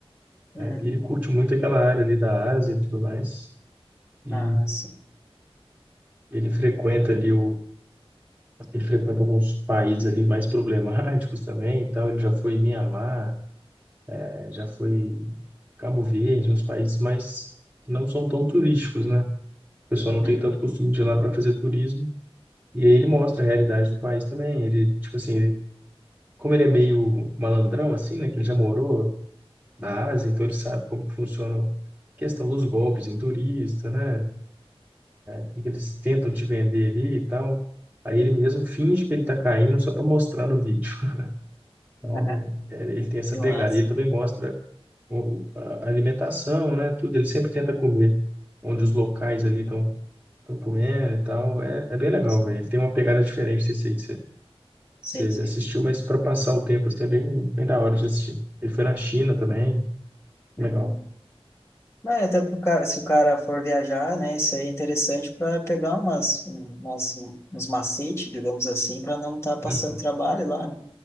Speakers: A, on the left; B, on the right.
A: Uhum.
B: E ele curte muito aquela área ali da Ásia e tudo mais. E
A: Ah, sim.
B: ele frequenta ali o. Ele frequenta alguns países ali mais problemáticos também e tal. Ele já foi em Mianmar, eh, já foi em Cabo Verde, uns países mais que não são tão turísticos, né? O pessoal não
A: Uhum.
B: tem tanto costume de ir lá para fazer turismo. E aí ele mostra a realidade do país também. Ele, tipo assim, ele, como ele é meio malandrão, assim, né? Que ele já morou na Ásia, então ele sabe como que funciona a questão dos golpes em turista, né? O que que eles tentam te vender ali e tal. Aí ele mesmo finge que ele tá caindo só para mostrar no vídeo. <laughs> Então,
A: <laughs>
B: é, ele tem essa
A: Deu
B: pegada.
A: uma-
B: E Ele também mostra o- a alimentação, né? Tudo. Ele sempre tenta comer onde os locais ali estão comendo e tal. É, é bem legal,
A: Sim,
B: velho. Ele tem uma pegada diferente desse aí
A: sim.
B: Você
A: sim.
B: assistiu, mas para passar o tempo, assim, é bem, bem da hora de assistir. Ele foi na China também,
A: Uhum.
B: legal.
A: Não, e até pro cara, se o cara for viajar, né, isso aí é interessante para pegar umas, umas, uns macetes, digamos assim, para não estar passando
B: Uhum.
A: trabalho lá, né?